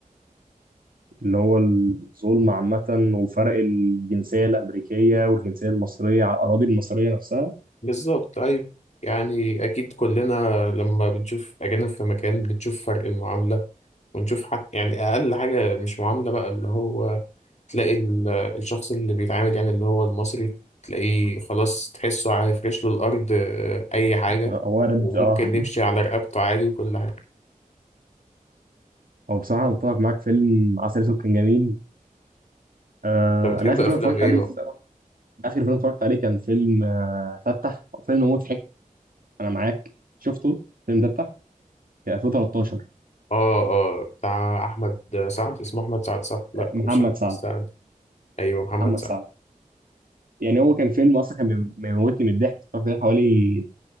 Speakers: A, on the right; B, on the left.
A: اللي هو الظلم عامه وفرق الجنسيه الامريكيه والجنسيه المصريه على الاراضي المصريه نفسها
B: بالظبط أيوة يعني أكيد كلنا لما بنشوف أجانب في مكان بنشوف فرق المعاملة ونشوف حتى يعني أقل حاجة مش معاملة بقى اللي هو تلاقي ال- الشخص اللي بيتعامل يعني اللي هو المصري تلاقيه خلاص تحسه هيفرش له الأرض آه، أي حاجة
A: آه، وارد
B: وممكن
A: اه
B: نمشي على رقبته عادي وكل حاجة
A: هو بصراحه متفق معاك فيلم عسل اسود كان جميل آه
B: أنت بتحب
A: انا اخر
B: أفلام
A: فيلم اتفرجت
B: إيه
A: عليه
B: بقى؟
A: الصراحه اخر فيلم اتفرجت عليه كان فيلم آه فتح فيلم مضحك انا معاك شفته الفيلم ده بتاع كان 2013
B: اه اه بتاع احمد سعد اسمه احمد سعد صح لا
A: آه، محمد
B: مش احمد
A: سعد
B: سعد ايوه محمد
A: محمد
B: سعد
A: سعد يعني هو كان فيلم اصلا كان بيم- بيموتني من الضحك اتفرجت عليه حوالي